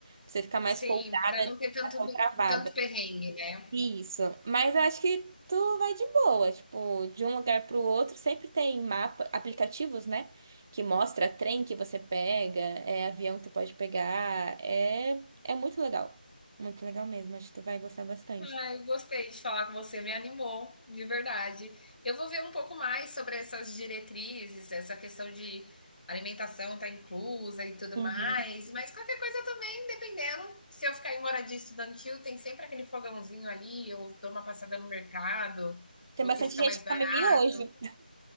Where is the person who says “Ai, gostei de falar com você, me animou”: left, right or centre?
Left